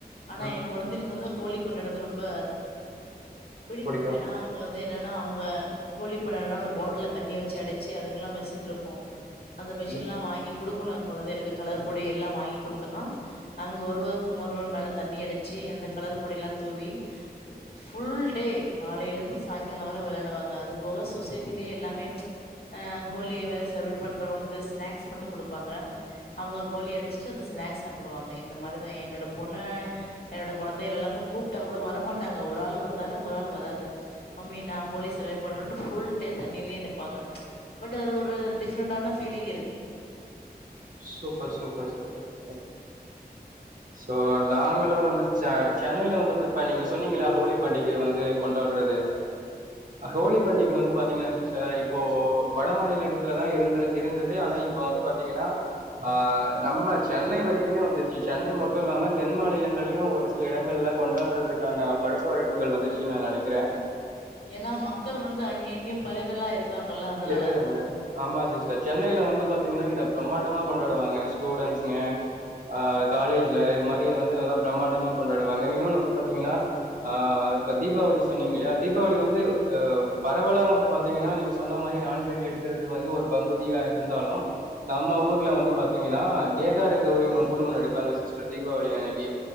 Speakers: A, on the left; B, on the right.
A: ஆனா
B: ம்
A: எ கொழந்தைள்க்கு வந்து ஹோலி கொண்டாடுது ரொம்ப பிடிக்கு
B: புடிக்கு
A: ஏன்னா உங்க வந்து என்னன்னா அவ்ங்க ஹோலி பண்ணானா ஒரு பாட்டுல்ல தண்ணி வச்சி அடச்சி அதுக்கு லா மெஸ்ஸுன்ருக்கு அந்த மிஷின்
B: ம்
A: லா
B: ம்
A: வாங்கி குடுக்குணுன் குழந்தைளுக்கு கலர் பொடி எல்லா வாங்கி குடுத்தோன்னா அவ்ங்க ஒருவர்க்கும் ஒருவர் மேல தண்ணி அடிச்சி அந்த கலரு பொடி லா தூவி ஃபுல் டே காலைலந்து
B: ம்
A: சாய்ங்கால வர வெளாடுவாங்க அது போகஸ் தொசேட்டில்யே எல்லாமே அ ஹோலி வே செலப்ரு பண்றவங்களுக்கு ஸ்நாக்ஸ் மட்டு குடுப்பாங்க அவுங்க ஹோலி அடிச்சிட்டு அந்த ஸ்நாக்ஸ் சாப்டுவாங்க இந்த மாரிதா என்னோட பொண்ணு என்னோட கொழந்தைக எல்லாமே கூப்ட்டா கூட வரமாட்டாங்க ஒரு ஆள் வந்தாலு ஒரு ஆள் வராது மம்மி நா ஹோலி செலரேட் பண்ணணு ஃபுல் டே தண்ணிலே நிப்பாங்க ச் பட் அது ஒரு டிஃப் டிப்ரண்டான ஃபீலிங் இருக்கு
B: super super super sister so நாங்களா வந்து ச சென்னைல வந்து இப்ப நீங்க சொன்னீங்களா ஹோலி பண்டிக வந்து கொண்டாடுறது ஹோலி பண்டிக வந்து பாத்தீங்கன்னா சிஸ்டர் இப்போ வட மாநிலரத்துல தா இருந்த இருந்தது ஆனா இப் இப்போ வந்து பாத்தீங்கன்னா ஆ நம்ம சென்னை வரைக்குமே வந்துருச்சு சென்னை மட்டு இல்லாம தென் மாநிலங்களயு ஒரு சில இடங்கள்ல கொண்டாடுறதுக்கான பழக்க வழக்கங்கள் வந்துருச்சுனு நா நெனக்கிறே
A: ஏன்னா மக்கள் வந்து அங்க இங்க பரவிலா இருக்காங்கல்ல அதனால
B: இருக்குறாங்க ஆமா சிஸ்டர் சென்னைல வந்து பாத்தீங்கன்னா இத பிரம்மாண்டமா கொண்டாடுவாங்க ஸ்டூடெண்ஸ்க ஆ காலேஜ்ல இது மாரி வந்து நல்லா பிரமாண்டமா கொண்டாடுவாங்க இன்னொன்னு வந்து பாத்தீங்கன்னா அ இப்ப தீபாவளி சொன்னீங்க இல்லயா தீபாவளி வந்து அ பரவலா வந்து பாத்தீங்கன்னா நீங்க சொன்ன மாரி நான்வெஜ் எடுக்குறது வந்து ஒரு பகுதியா இருந்தாலு நம்ம ஊர் ல வந்து பாத்தீங்கன்னா கேதாட கௌரி நோம்புன்னு ஒண்ணு எடுப்பாங்க சிஸ்டர் தீபாவளி அன்னைக்கி